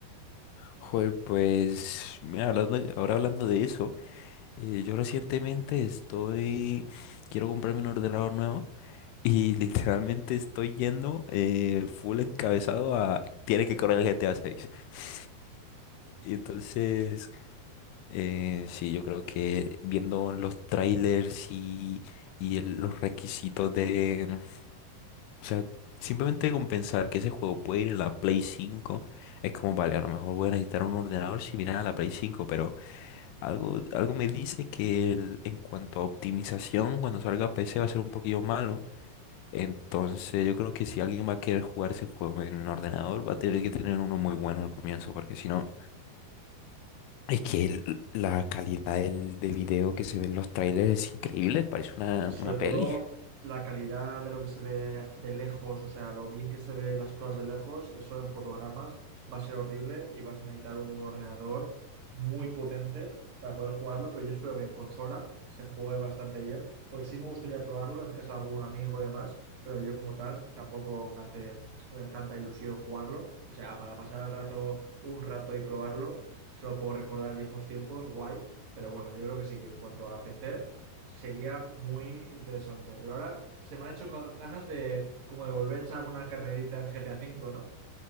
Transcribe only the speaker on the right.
Sobre
todo la calidad de lo que se ve de lejos, o sea, lo bien que se ve las cosas de lejos, eso en fotogramas va a ser horrible y vas a necesitar un ordenador muy potente para poder jugarlo, pero yo espero que en consola se juegue bastante bien, porque sí me gustaría probarlo en casa de algún amigo y demás, pero yo como tal tampoco me hace eh, tanta ilusión jugarlo, o sea, para pasar el rato un rato y probarlo, solo puedo recordar viejos tiempos, guay, pero bueno, yo creo que sí que en cuanto a PC, sería muy interesante. Pero ahora se me han hecho con ganas de como de volver a echar una carrerita en GTA V, ¿no?